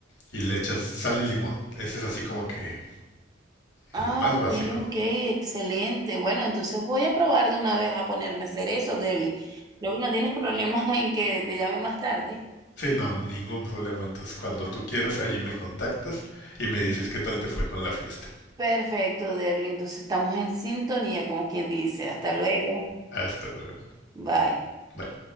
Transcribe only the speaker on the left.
y le echas sal y limón. Ese es así como que
el más
básico.
Sí, no, ningún problema. Entonces, cuando tú quieras, ahí me contactas y me dices qué tal te fue con la fiesta.
Hasta luego.
Bye.